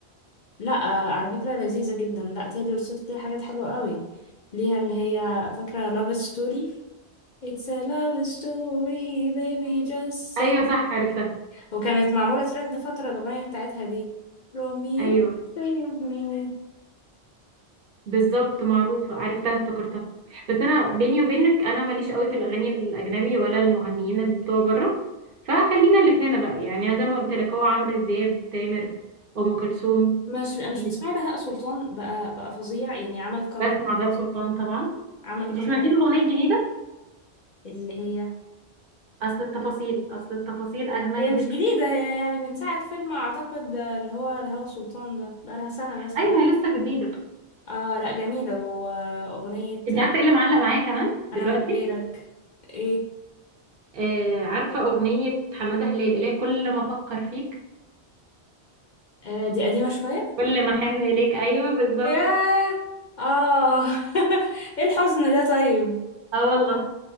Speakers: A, on the left; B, on the right.
A: لا أه على فكرة لذيذة جدا لا تايلور سويفت ليها حاجات حلوة قوي ليها اللي هي فاكرة love story It's a love story baby just say
B: ايوه صح عرفتها
A: وكانت معمولة ترند فترة الأغنية بتاعتها دي روميو
B: ايوه
A: save me
B: بالظبط معروفة عرفتها افتكرتها بس انا بيني وبينك انا ماليش قوي في الاغاني الاجنبي ولا المغنيين اللي بتوع بره فخلينا اللي في هنا بقى يعني انا زي ما قلت لك هو عمرو دياب تامر ام كلثوم
A: مش مش
B: مش
A: بتسمعي بهاء سلطان بقى بقى فظيع يعني عمل كومباك
B: بسمع بقى سلطان طبعا
A: عمل كومباك
B: انت سمعتي له الاغنيه الجديده
A: اللي هي
B: اصل التفاصيل اصل التفاصيل اجمل
A: هي مش
B: بكتير
A: جديدة هي يعني من ساعة فيلم أعتقد اللي هو الهوى سلطان ده بقى لها سنة مثلا
B: ايوه ما هي لسه جديده
A: اه لا جميلة وأغنية
B: انت عارفه ايه اللي معلق معايا كمان دلوقتي
A: أنا من غيرك ايه
B: آه عارفه اغنيه حماده هلال اللي هي كل ما افكر فيك
A: آه دي قديمة شوية
B: كل ما احن اليك ايوه بالظبط
A: ياه اه <laughs> ايه الحزن ده طيب
B: اه والله